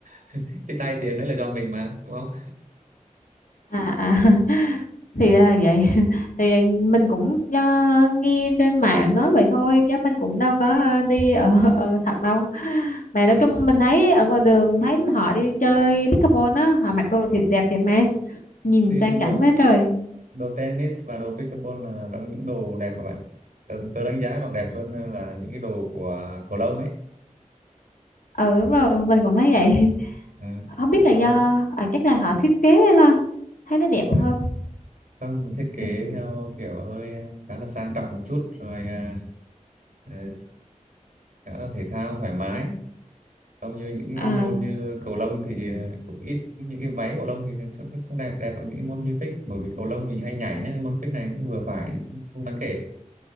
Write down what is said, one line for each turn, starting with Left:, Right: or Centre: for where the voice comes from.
Right: <laughs> cái tai tiếng đấy là do mình mà đúng không
Left: à à <laughs> thì ra là vậy <laughs> thì mình cũng ờ, nghe trên mạng nói vậy thôi chứ mình cũng đâu có ờ, đi ở, ở thật đâu mà
Right: ừ.
Left: nói chung mình thấy ở ngoài đường thấy họ đi chơi pickleball á họ mặc đồ thiệt đẹp thiệt mà nhìn
Right: thì
Left: sang chảnh
Right: đó
Left: quá trời
Right: đồ tennis và đồ pickleball là trong những đồ đẹp các bạn tớ, tớ đánh giá còn đẹp hơn là những cái đồ của cầu lông ấy
Left: ừ đúng rồi mình cũng thấy vậy
Right: à,
Left: <laughs> không biết
Right: đó
Left: là do à, chắc là họ thiết kế ha thấy nó đẹp
Right: đúng rồi
Left: hơn
Right: không mình thiết kế
Left: Ừ.
Right: theo kiểu hơi khá là sang trọng một chút rồi à, ờ, khá là thể thao thoải mái không như những cái
Left: à,
Right: môn như cầu lông thì ờ, cũng ít những cái váy cầu lông thì sẽ không không đẹp đẹp ở những cái môn như pick bởi vì cầu lông thì hay nhảy ấy, môn pick này cũng vừa phải không đáng kể